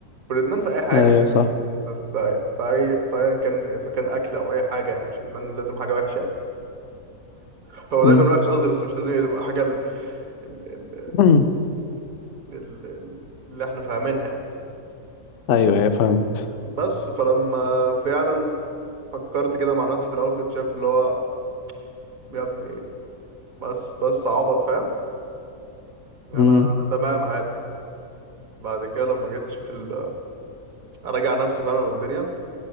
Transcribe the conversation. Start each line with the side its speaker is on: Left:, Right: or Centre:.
Right: والادمان في اي حاجه
Left: ايوه صح
Right: ادمان في في في اي في ايا كان اذا كان اكل او اي حاجه يعني مش ادمان لازم حاجه وحشه يعني <laughs> هو
Left: امم
Right: دايما وحش قصدي بس مش لازم تبقى حاجه ال... ال... ال...
Left: امم
Right: ال... ال- اللي احنا فاهمينها يعني
Left: ايوه ايوه فاهمك
Right: بس فلما فعلا فكرت كده مع نفسي في الاول كنت شايف اللي هو يا ابني بس بس عبط فاهم انا
Left: امم
Right: انا تمام عادي بعد كده لما جيت اشوف ال... اراجع نفسي فعلا والدنيا